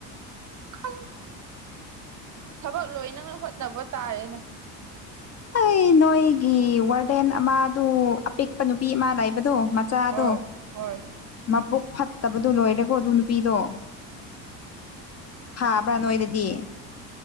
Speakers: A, on the right (about 35°); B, on the left (about 30°).
A: ꯈꯪꯗꯦ ꯊꯕꯛ ꯂꯣꯏꯅꯉꯥꯢ ꯍꯣꯠꯅꯕ ꯇꯥꯔꯦꯅ
B: ꯑꯩ ꯅꯣꯏꯒꯤ ꯋꯥꯔꯗꯦꯟ ꯑꯃꯗꯨ ꯑꯄꯤꯛꯄ ꯅꯨꯄꯤ ꯑꯃ ꯂꯩꯕꯗꯨ ꯃꯆꯥꯗꯣ
A: ꯍꯣꯏ ꯍꯣꯏ
B: ꯃꯕꯨꯛ ꯐꯠ ꯇꯕꯗꯨ ꯂꯣꯏꯔꯦꯀꯣ ꯑꯗꯨ ꯅꯨꯄꯤꯗꯣ ꯐꯥꯕ꯭ꯔꯥ ꯅꯣꯏꯗꯗꯤ